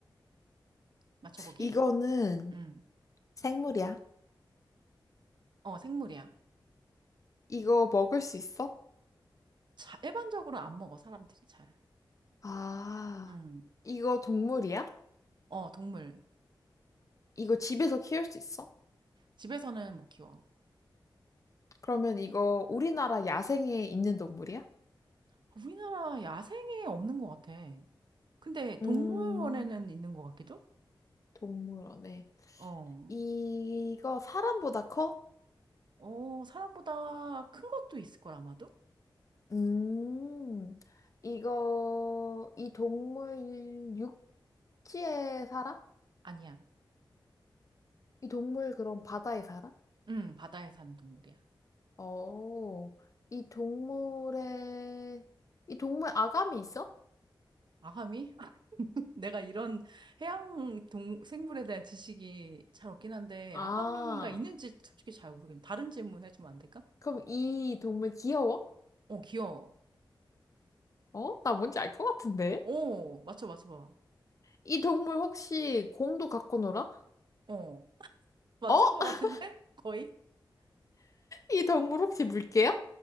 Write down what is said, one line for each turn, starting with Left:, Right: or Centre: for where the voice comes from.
Right: 맞춰보기.
Left: 이거는
Right: 음,
Left: 생물이야.
Right: 어, 생물이야.
Left: 이거 먹을 수 있어?
Right: 자, 일반적으로 안 먹어 사람들이 잘.
Left: 아,
Right: 음,
Left: 이거 동물이야?
Right: 어, 동물.
Left: 이거 집에서 키울 수 있어?
Right: 집에서는 못 키워.
Left: 그러면 이거 우리나라 야생에 있는 동물이야?
Right: 아, 우리나라 야생에 없는 것 같아. 근데 동물원에는
Left: 음,
Right: 있는 것 같기도?
Left: 동물원에.
Right: 어,
Left: 이거 사람보다 커?
Right: 어, 사람보다 큰 것도 있을 걸 아마도?
Left: 음, 이거, 이 동물 육지에 살아?
Right: 아니야.
Left: 이 동물 그럼 바다에 살아?
Right: 음, 바다에 사는 동물이야.
Left: 어, 이 동물의, 이 동물 아감이 있어?
Right: 아가미? <laughs> 내가 이런 해양 동 생물에 대한 지식이 잘 없긴 한데
Left: 아,
Right: 아가미가 있는지 솔직히 잘 모르겠네. 다른 질문 해주면 안 될까?
Left: 그럼 이 동물 귀여워?
Right: 어, 귀여워.
Left: 어? 나 뭔지 알 것 같은데?
Right: 어, 맞춰 맞춰봐.
Left: 이 동물 혹시 공도 갖고 놀아?
Right: 어, 맞춘
Left: 어?
Right: 것 같은데?
Left: <laughs>
Right: <laughs> 거의?
Left: 이 동물 혹시 물개야?